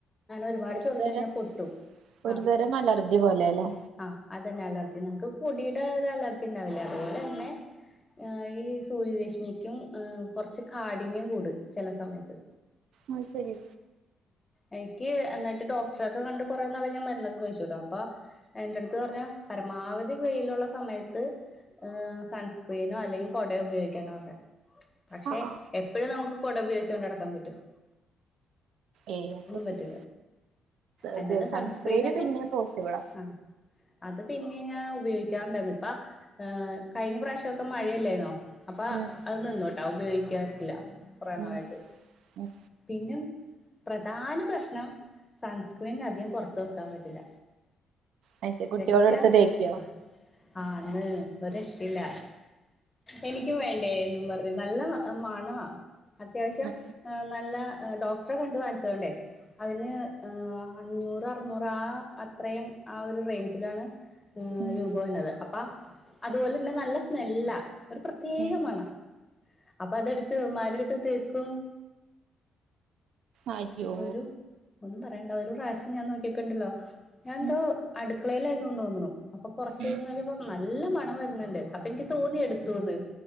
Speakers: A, on the left; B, on the right.
A: ഒരുപാട്
B: വെറുതെ
A: ചൊറിഞ്ഞ് കഴിഞ്ഞാൽ
B: ഒരു
A: പൊട്ടും
B: ഒരുതരം
A: ആഹ്
B: അലർജി പോലെല്ലേ
A: ആഹ് അതന്നെ അലർജി നമുക്ക് പൊടിയുടെ ഒരു അലർജി ണ്ടാവില്ലേ അതുപോലെ തന്നെ ഈ സൂര്യരശ്മിക്കും ഏഹ് കുറച്ച് കാഠിന്യം കൂടും ചില സമയത്ത്
B: അത് ശരി
A: എനിക്ക് എന്നട്ട് ഡോക്ടറെക്കെ കണ്ട് കുറേ നാള് ഞാൻ മരുന്നൊക്കെ കഴിച്ചുട്ടോ അപ്പൊ എന്റടുത്ത് പറഞ്ഞു പരമാവധി വെയിലുള്ള സമയത്ത് ഏഹ് സൺസ്ക്രീനോ അല്ലെങ്കിൽ കുടയോ ഉപയോഗിക്കാന പറഞ്ഞെ പക്ഷെ
B: ആ ആ
A: എപ്പോഴും നമുക്ക് കുട ഉപയോഗിച്ച് കൊണ്ട് നടക്കാൻ പറ്റുവോ
B: ഏയ് അത് പറ്റില്ല
A: പറ്റൂല എന്നാലും
B: ഇത് സൺസ്ക്രീന്
A: സൺസ്ക്രീനൊക്കെ
B: പിന്നെ പോസ്സിബിള
A: ആഹ് അത് പിന്നെ ഞാൻ ഉപയോഗിക്കാറുണ്ടായിരുന്ന് ഇപ്പ കഴിഞ്ഞ പ്രാവശ്യമൊക്കെ മഴയല്ലേന്നോ അപ്പ
B: ഉം
A: അത് നിന്നോട്ടാ ഉപയോഗിക്കാറില്ല കുറെ നാളായിട്ട്
B: ഉം ഉം
A: പിന്നെ പ്രധാന പ്രശ്നം സൺസ്ക്രീൻ അധികം പുറത്ത് വെക്കാൻ പറ്റില്ല
B: അത് ശരി കുട്ടിയോള്
A: വെച്ചആ
B: എടുത്ത് തേക്കോ
A: ഹ് ആന്ന് ഒരെക്ഷല്ല എനിക്കും വ പറ നല്ല മണ അത്യാവശ്യം
B: ഉം
A: നല്ല ഡോക്ടറെ കണ്ട വാങ്ങി ണ്ടേ അതിന് അഞ്ഞൂറ് അറുന്നൂറ് ആ അത്രയും ആ ഒരു റേഞ്ചിലാണ്
B: ഉം ഉം
A: രൂപ വരുന്നത് അപ്പ അതുപോലെ തന്നെ നല്ല സ്മെല്ലാ ഒരു പ്രത്യേക
B: ഉം
A: മണം അപ്പൊ അതെടുത്ത് അവൻമരുടുത്ത് തേക്കും
B: അയോ
A: ഒരു ഒന്നും പറയേണ്ട ഒരു പ്രാവശ്യം ഞാൻ നോക്കിയപ്പോുണ്ടല്ലോ ഞാൻ എന്തോ
B: ഉം
A: അടുക്കളയിലായിരുന്നുന്ന് തോന്നണു അപ്പൊ കൊറച്ച
B: ഉം
A: കഴിഞ്ഞു നോക്കിയപ്പോ നല്ല മണം വരുന്നുണ്ട് അപ്പൊ എനിക്ക് തോന്നി എടുത്തുന്ന്